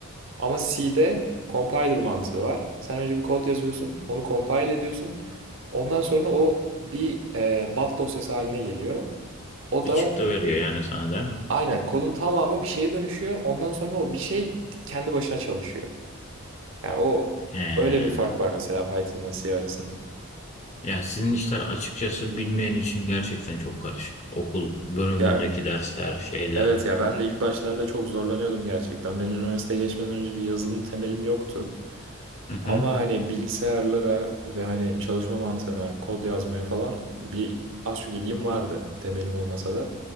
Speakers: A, on the right (about 60°); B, on the left (about 30°).
A: Ama C'de compiler mantığı var. Sen önce bir kod yazıyorsun, onu compile ediyorsun. Ondan sonra o bir e, bat dosyası haline geliyor. O
B: bir
A: da
B: çıktı veriyor yani sana değil mi?
A: Aynen kodun tamamı bir şeye dönüşüyor. Ondan sonra o bir şey kendi başına çalışıyor. Yani o
B: He.
A: öyle bir fark var mesela Python'la C arasında.
B: Yani sizin işler açıkçası bilmeyen için gerçekten çok karışık. Okul bölümündeki
A: Ya
B: dersler, şeyler.
A: evet ya ben de ilk başlarda çok zorlanıyordum gerçekten. Benim üniversiteye geçmeden önce bir yazılım temelim yoktu.
B: Hı
A: Ama
B: hı.
A: hani bilgisayarlara ve hani çalışma mantığına, kod yazmaya falan bir az çok ilgim vardı temelim olmasa da.